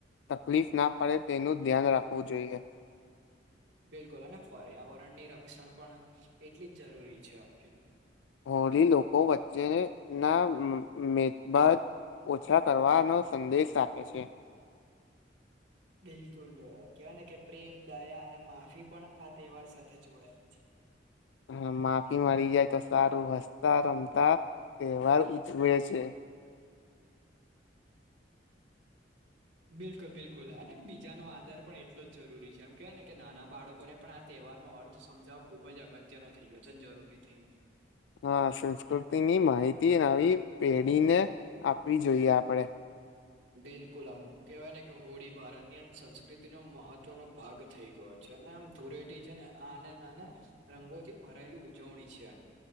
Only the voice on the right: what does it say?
બિલકુલ, અને પર્યાવરણની રક્ષણ પણ એટલી જ જરૂરી છે આમ કેવાય ને.
બિલકુલ કેવાય ને કે પ્રેમ, દયા અને માફી પણ આ તહેવાર સાથે જોડાયેલી છે.
બિલકુલ બિલકુલ હા અને બીજાનો આધાર પણ એટલો જરૂરી છે એમ કહેવાય ને કે નાના બાળકોને પણ આ તહેવાર નનો અર્થ સમજાવવા ખુબ જ અગત્યનોો થઈ ગયો છેન જરૂરી થઈ ગયો.
બિલકુલ અમુક કહેવાય ને કે હોળી ભારતનીમ સંસ્કૃતિનો મહત્વનો ભાગ થઈ ગયો છે. છે ને આમ ધૂરેટી છે ને આને નાને રંગોથી ભરાયેલી ઉજવણી છે.